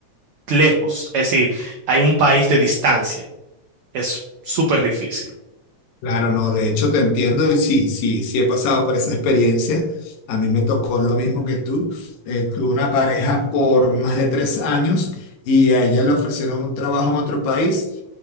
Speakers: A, on the right; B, on the left.
A: lejos, es decir, hay un país de distancia. Es súper difícil.
B: Claro, no, de hecho te entiendo y sí, sí, sí he pasado por esa experiencia. A mí me tocó lo mismo que tú. Eh, tuve una pareja por más de tres años y a ella le ofrecieron un trabajo en otro país.